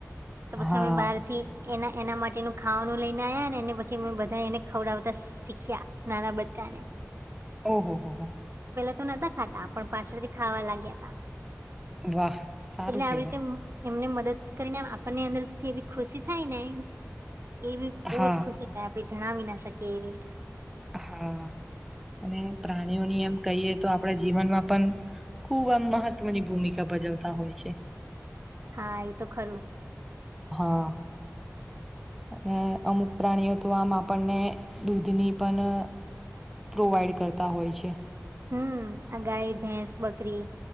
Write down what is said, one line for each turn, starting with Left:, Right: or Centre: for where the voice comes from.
Right: તો પછી
Centre: હા
Right: અમે બારથી એ એના, માટેનું ખાવાનું લઈ ને યા, નેને પછી મેં બધા, એને ખવડાવતા શીખ્યા નાના બચ્ચા ને
Centre: ઓહ, હો, હો
Right: તો નતા ખાતા પણ પાછળથી, ખાવા લાગ્યા હતા.
Centre: વાહ, સારું
Right: એટલે
Centre: કેવાય
Right: આવી રીતે એમને મદદ કરીને, આપણની અંદરથી એવી ખુશી થાય, ને એ બહુ
Centre: હા,
Right: જ ખુશી થાય. આપણે જણાવી ના શકીએ એવી
Centre: હા અને પ્રાણીઓની એમ કહીએ, તો આપણે જીવનમા પણ ખુબ આમ મહત્વની ભૂમિકા, ભ બજવતા હોય છે.
Right: હા, એ તો ખરું
Centre: હા અને અમુક પ્રાણીઓ, તો આમ આપણને દૂધની પણ પ્રોવાઈડ કરતા હોય છે.
Right: હમ આ ગાય ભેંસ બકરી,